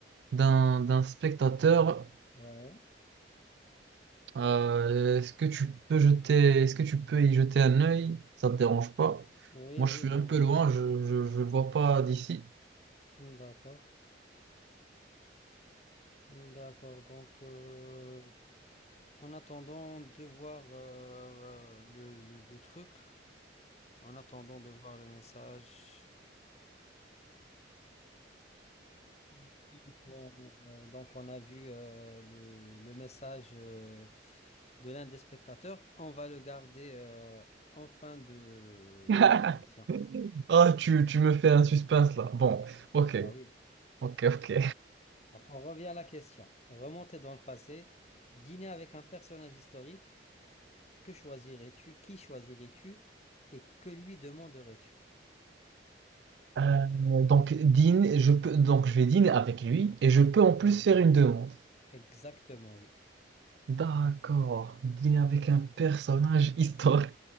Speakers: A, on the right; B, on the left.
A: d'un d'un spectateur
B: Ouais.
A: Euh, est-ce que tu peux jeter, est-ce que tu peux y jeter un œil? Ça te dérange pas?
B: Oui,
A: Moi,
B: oui,
A: je suis
B: bien
A: un peu
B: sûr.
A: loin, je je je le vois pas d'ici.
B: Hmm, D'accord. D'accord, donc euh, en attendant de voir euh, le, le- le truc, en attendant de voir le message, donc on, euh, donc on a vu euh, le, le message euh, de l'un des spectateurs, on va le garder euh, en fin de,
A: <laughs>
B: de l'entretien.
A: Ah, tu, tu me fais un suspense là. Bon, ok,
B: Ah oui,
A: ok, ok.
B: donc on revient à la question. Remonter dans le passé, dîner avec un personnage historique. Que choisirais-tu? Qui choisirais-tu? Et que lui demanderais-tu?
A: Euh, donc, dîne, je peux, donc, je vais dîner avec lui et je peux en plus faire une demande.
B: Exactement, oui.
A: D'accord, dîner avec un personnage historique.